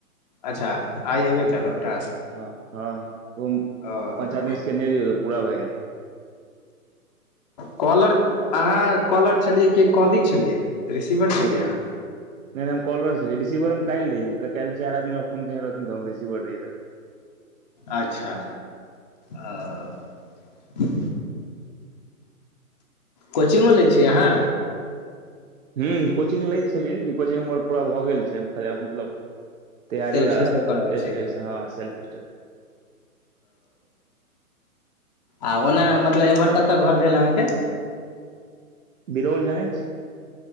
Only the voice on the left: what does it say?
अच्छा आइ अयबे कयलहुँ
टास्क
ओ
कॉलर अहाँ कॉलर छलियै कि कॉली छलियै रिसीवर छलियै अहा
अच्छा ओ। कोचिगो लै छिय अहाँ
सेल्फेसँ
कऽ रहल
छी आ ओना मतलब एम्हर कतऽ घर भेल अहाँकेँ